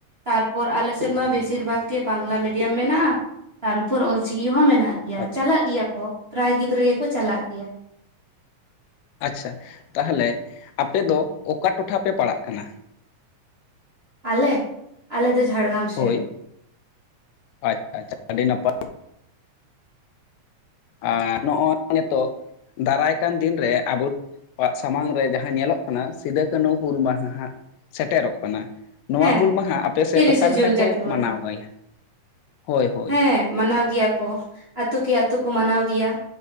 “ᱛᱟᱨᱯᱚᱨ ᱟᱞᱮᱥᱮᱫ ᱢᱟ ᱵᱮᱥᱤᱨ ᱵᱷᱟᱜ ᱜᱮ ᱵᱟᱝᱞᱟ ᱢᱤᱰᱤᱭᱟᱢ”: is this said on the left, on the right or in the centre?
Right